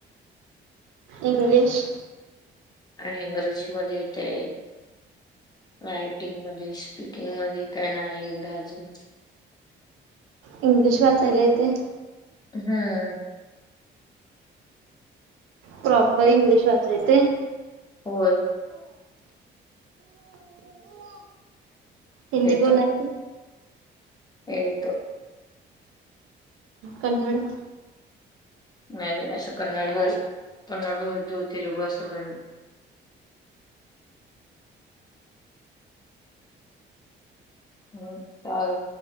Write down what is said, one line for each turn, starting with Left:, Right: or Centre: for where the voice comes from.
Right: इंग्लिश
Left: आणि इंग्रजी मध्ये येता येईल रायटिंग मध्ये स्पीकिंग मध्ये काय नाही एवढं अजून
Right: इंग्लिश वाचायला येते
Left: हम्म
Right: प्रॉपर इंग्लिश वाचाय ते
Left: होय
Right: हिंदी
Left: येतो
Right: बोलायच
Left: येतो.
Right: कन्नड
Left: नाही असं कन्नड कन्नड तेलगू अस काय नाही. ह चाल